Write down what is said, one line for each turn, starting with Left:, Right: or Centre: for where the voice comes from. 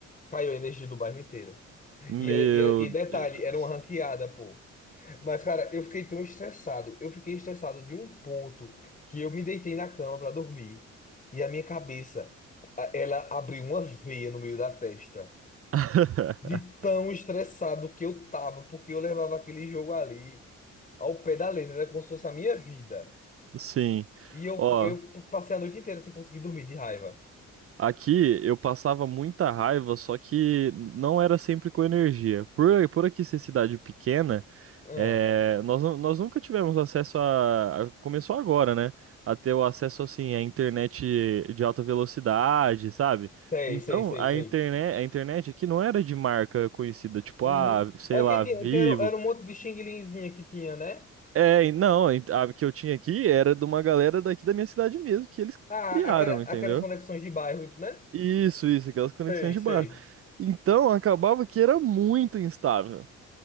Left: caiu a energia do bairro inteiro.
Right: Meu
Left: E, era- e, era- e detalhe,
Right: Deus.
Left: era uma ranqueada, pô. Mas, cara, eu fiquei tão estressado. Eu fiquei estressado de um ponto que eu me deitei na cama pra dormir. E a minha cabeça, a- ela abriu uma veia no meio da testa.
Right: <laughs>
Left: De tão estressado que eu tava, porque eu levava aquele jogo ali ao pé da letra, era como se fosse a minha vida.
Right: Sim.
Left: E eu,
Right: Ó.
Left: eu passei a noite inteira sem conseguir dormir de raiva.
Right: Aqui eu passava muita raiva, só que não era sempre com energia. Por, por aqui ser cidade pequena,
Left: Ah,
Right: é, nós, nu- nós nunca tivemos acesso a, a- Começou agora, né? A ter o acesso assim à internet de alta velocidade, sabe?
Left: sei,
Right: Então
Left: sei, sei,
Right: a
Left: sei.
Right: internet, a internet aqui não era de marca conhecida, tipo,
Left: Uhum.
Right: ah, sei
Left: É porque
Right: lá,
Left: tinha,
Right: Vivo.
Left: tinha- era um monte de xing-linzinha que tinha, né?
Right: É, e não, a que eu tinha aqui era de uma galera daqui da minha cidade mesmo, que eles
Left: Ah,
Right: criaram,
Left: aquela, aquelas
Right: entendeu?
Left: conexões de bairro, né?
Right: Isso, isso, aquelas conexões
Left: Sei,
Right: de
Left: sei.
Right: bairro. Então, acabava que era muito instável.